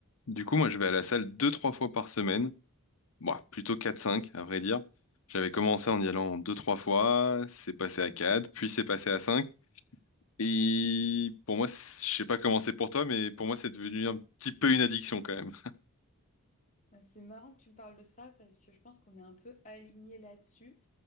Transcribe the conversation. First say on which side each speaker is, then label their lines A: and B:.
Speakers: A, on the left; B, on the left.
A: Du coup, moi, je vais à la salle deux, trois fois par semaine. Bon, plutôt quatre, cinq, à vrai dire. J'avais commencé en y allant deux, trois fois, c'est passé à 4, puis c'est passé à 5. Et pour moi, c'est- je sais pas comment c'est pour toi, mais pour moi, c'est devenu un petit peu une addiction quand même.
B: Bah, c'est marrant que tu me parles de ça parce que je pense qu'on est un peu alignés là-dessus.